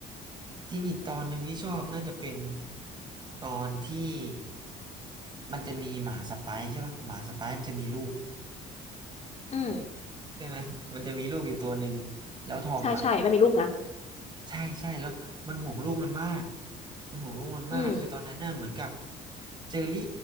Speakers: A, on the right; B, on the left.
A: จริงอีกตอนหนึ่งที่ชอบน่าจะเป็นตอนที่มันจะมีหมาสไปซ์ใช่ปะหมาสไปซ์มันจะมีลูก
B: อืม
A: ใช่ไหมมันจะมีลูกอยู่ตัวหนึ่งแล้วทอมอ่ะ
B: ใช่ใช่มันมีลูกนะ
A: ใช่ใช่แล้วมันห่วงลูกมันมากมันห่วงลูกมันมากคือตอนนั้นน่ะเหมือนกับ
B: อืม
A: เจอรี่